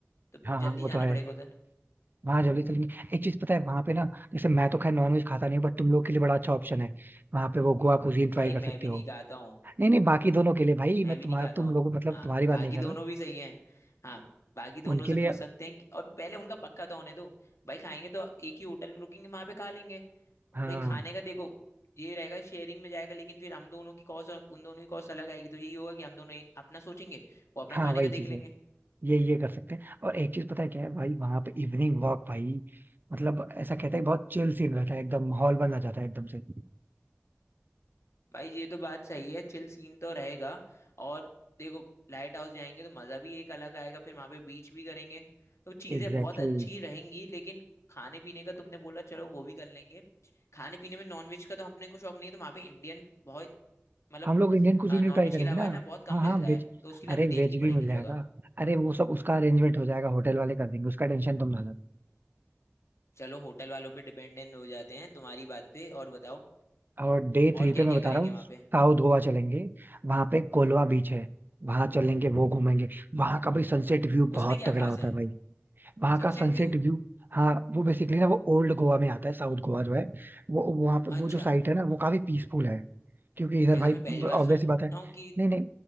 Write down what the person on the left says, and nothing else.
तो
जल्दी
जाना
पड़ेगा उधर
भाई
मैं
भी
नहीं कहता
मैं
भी
नहीं खाता
हूँ
हाँ
बाकी
दोनों
भी सही हैं हाँ बाकी दोनों
से
पूछ सकते हैं कि, और पहले उनका पक्का तो होने दो भाई खाएंगे तो एक ही होटल में रुकेंगे वहां पे खा लेंगे
भाई खाने का देखो ये रहेगा शेयरिंग में जाएगा लेकिन फिर हम दोनों की कॉस्ट और उन दोनों की कॉस्ट अलग आएगी तो यही होगा कि हम दोनों ए- अपना सोचेंगे वो अपना
खाने
का देख
लेंगे
भाई ये तो बात सही है चिल सीन तो रहेगा और देखो लाइट हाउस जाएंगे तो मजा भी एक अलग आएगा फिर वहां पे बीच भी करेंगे तो चीजें
बहुत अच्छी
रहेंगी लेकिन खाने पीने का तुमने बोला चलो वो भी कर लेंगे खाने पीने में नॉनवेज का तो हमने को शौक नहीं है तो वहां पे इंडियन बहुत मतलब
नॉनवेज
के अलावा
है ना बहुत कम
मिलता
है तो उसके लिए
हमें देखनी
पड़ेगी
जगह
चलो होटल वालों पे डिपेंडेंट हो जाते हैं तुम्हारी बात पे और बताओ
और
क्या
क्या
करेंगे
वहां पे
उसमें क्या
खास
है
Sunset
view
अच्छा
ये
तो मैं पहली बार
सोच
रहा
हूँ कि